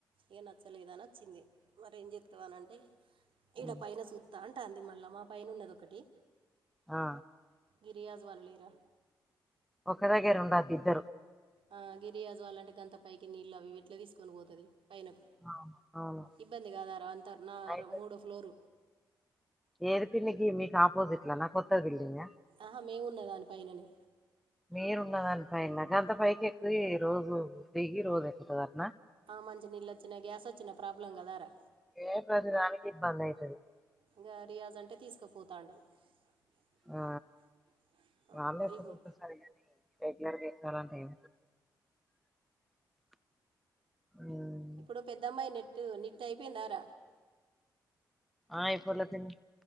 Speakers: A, on the right; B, in the centre.
A: ఏ నచ్చలేదా నచ్చింది మర ఏం చెప్తవానంటే ఈక్కడ
B: ఉమ్.
A: పైన సూత్తా అంటా అంది మళ్ళా మా పైన ఉన్నద ఒకటి
B: ఆ
A: గిరియాజ్ వాల్లేరా
B: ఒక దగ్గర ఉండదిిద్దరు
A: ఆ గిరియాజ్ అళంటే కొంత పైకి నీళ్ళలు అవి ఇట్లా తీసుకొని పోతుంది పైనకు
B: అవును అవును.
A: ఇబ్బంది కాదార అంత నా
B: అయితే
A: మూడో ఫ్లోరు
B: ఏది పికి మీకు ఆపోసిట్లా నా కొత బిల్డింగ్
A: ఆహా మేమున్న దానిపైననే
B: మీరున్న దానిపై గంత పైకి ఎక్కు రోజు దిగి రోజు ఎక్కుతుంది అన్న
A: మంచి నీళ్ళు వచ్చినా గ్యాస్ వచ్చినా ప్రాబ్లం కదాారా
B: ఏ ప్రతిదానికి ఇబ్బంది అయితది.
A: ఇంకా రియాజ్ అంటే తీసుకుపోతాడు <inaudible>
B: ఆ వాళ్ళు ఎప్పుడు
A: ఇప్పుడు
B: ఉంట సరిగానీ రెగ్యులర్గా ఇాలంట ఏ మ్
A: ఇప్పుడు పెద్దమ్మాయి నెట్టు నిట్ అయిపోయిందార?
B: ఆయిపోలే పిన్ని